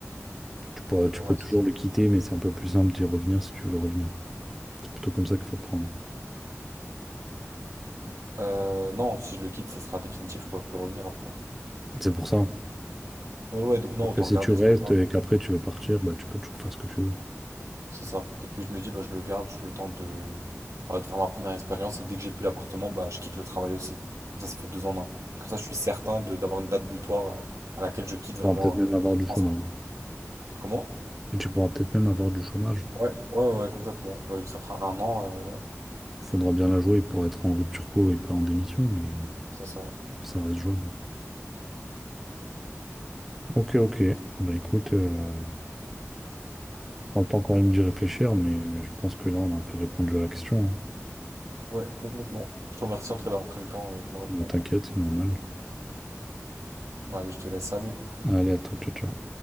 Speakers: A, in the centre; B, on the right.
A: Tu peux, tu
B: ouais.
A: peux toujours le quitter, mais c'est un peu plus simple d'y revenir si tu veux revenir. C'est plutôt comme ça qu'il faut le prendre.
B: Euh, non, si je le quitte, ça sera définitif, je pourrai plus revenir après. hein.
A: C'est pour ça. Alors
B: Ouais, ouais, donc non, autant
A: que si
B: le garder,
A: tu restes
B: c'est pas grave.
A: et qu'après tu veux partir, bah, tu peux toujours faire ce que tu veux. Tu
B: C'est ça. Et puis je me dis, bah, je le garde, je le temps de... Voilà, de faire ma première expérience, et dès que j'ai plus l'appartement, bah, je quitte le travail aussi. Comme ça, ça fait deux en un. Et comme ça, je suis certain de d'avoir une date butoir euh, à laquelle je quitte vraiment...
A: pourras peut-être même
B: euh,
A: avoir
B: je
A: du
B: pense.
A: chômage.
B: Comment?
A: Et tu pourras peut-être même avoir du chômage.
B: Ouais, ouais, ouais, complètement. Bah, vu que ça fera un an, euh, ouais,
A: Il faudra bien la jouer pour être en rupture co et pas en démission, mais,
B: c'est ça.
A: mais ça reste jouable. Ok, ok. Bah écoute, euh, prends le temps quand même d'y réfléchir, mais euh, je pense que là, on a un peu répondu à la question. hein.
B: Ouais, complètement. Je te remercie en tout cas d'avoir pris le temps euh, de me répondre.
A: Ne t'inquiète, c'est normal.
B: Bon, allez, je te laisse, salut.
A: Allez, à toi, ciao, ciao.